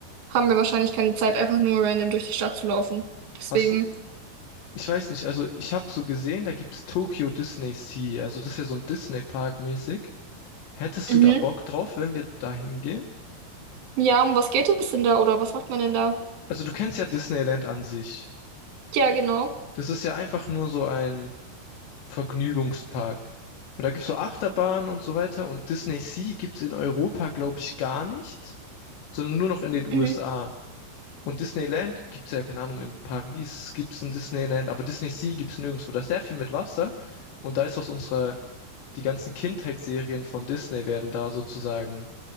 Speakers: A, on the right (about 85°); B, on the left (about 85°).
A: haben wir wahrscheinlich keine Zeit, einfach nur random durch die Stadt zu laufen. Deswegen,
B: Hast du, ich weiß nicht, also ich habe so gesehen, da gibt es Tokyo Disney Sea, also das ist ja so ein Disney Park mäßig. Hättest
A: mhm.
B: du da Bock drauf, wenn wir da hingehen?
A: Ja, um was geht es denn da oder was macht man denn da?
B: Also du kennst ja Disneyland an sich.
A: Ja, genau.
B: Das ist ja einfach nur so ein Vergnügungspark. Und da gibt's so Achterbahnen und so weiter. Und Disney Sea gibt's in Europa, glaube ich, gar nicht, sondern nur noch in den USA.
A: Mhm.
B: Und Disneyland gibt's ja, keine Ahnung, in Paris gibt's ein Disneyland, aber Disney Sea gibt's nirgendwo. Da ist sehr viel mit Wasser. Und da ist aus unserer, die ganzen Kindheitsserien von Disney werden da sozusagen,